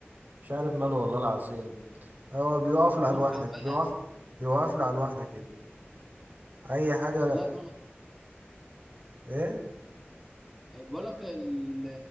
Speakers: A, on the right; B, in the centre.
A: مش عارف ماله والله العظيم هو بيقف على
B: دماغه
A: لوحدك
B: تعبانه
A: بيقف بيوقف على لوحدك كده اي حاجه
B: والله دماغه
A: ايه
B: بقول لك ال-